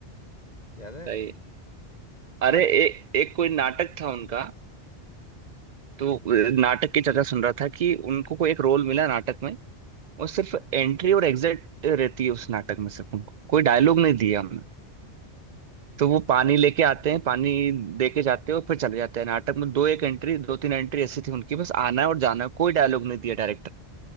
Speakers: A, on the left (about 35°); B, on the right (about 55°).
A: याद है
B: सही है। अरे एक एक कोई नाटक था उनका तो अ, नाटक की चर्चा सुन रहा था कि उनको कोई एक रोल मिला नाटक में वो सिर्फ
A: हाँ,
B: एंट्री और एग्जिट रहती है उस नाटक में सिर्फ उनको कोई डायलॉग नहीं दिया हमने तो
A: अच्छा
B: वो पानी लेके आते हैं पानी दे के जाते हैं और फिर चले जाते हैं नाटक में दो एक एंट्री दो तीन एंट्री ऐसी थी उनकी बस आना है और जाना है कोई डायलॉग नहीं दिया डायरेक्टर